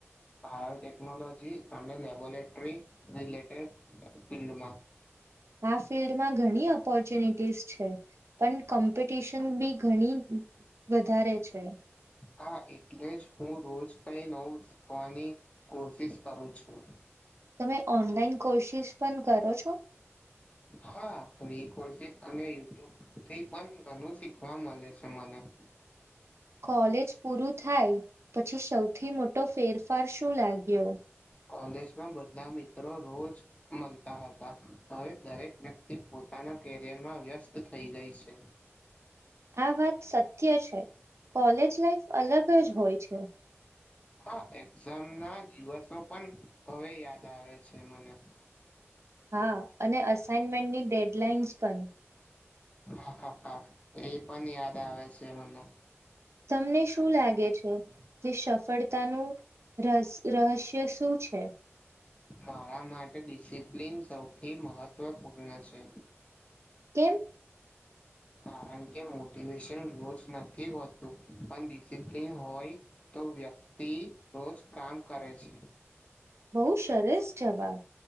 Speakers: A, on the left; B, on the right.
A: બાયોટેકનોલોજી અને લેબોરેટરી રિલેટેડ ફિલ્ડમાં.
B: આ ફિલ્ડમાં ઘણી ઓપોર્ચ્યુનિટીસ છે પણ કોમ્પિટિશન બી ઘણી વધારે છે.
A: હા એટલે જ હું રોજ કઈ નવું શીખવાની કોશિશ કરું છું.
B: તમે ઓનલાઈન કોશિશ પણ કરો છો
A: હા ફ્રી <unintelligible> અને યુટ્યુબથી પણ ઘણું શીખવા મળે છે મને. <inaudible>
B: કોલેજ પૂરું થાય પછી સૌથી મોટો ફેરફાર શું લાગ્યો
A: કોલેજમાં બધા મિત્રો રોજ મળતા હતા હવે દરેક વ્યક્તિ પો પોતાના કેરિયર માં વ્યસ્ત થઈ ગઈ છે.
B: આ વાત સત્ય છે. કોલેજ લાઈફ અલગ <inaudible>
A: હા એક્ઝામ ના દિવસો પણ હવે યાદ આવે છે મને.
B: હા અને અસાાઈનમેન્ટની ડેડલાઇન્સ પણ.
A: હ હા એ પણ યાદ આવે છે મને.
B: તમને શું લાગે છે કે સફળતાનું રહ રહસ્ય શું છે?
A: મારા માટે ડિસિપ્લિન સૌથી મહત્વપૂર્ણ છે.
B: કેમ?
A: કારણ કે મોટિવેશન રોજ નથી હોતું પણ ડિસિપ્લન હોય તો તો પછી વ્યક્તિ રોજ કામ કરે છે.
B: બહુ સરસ જવાબ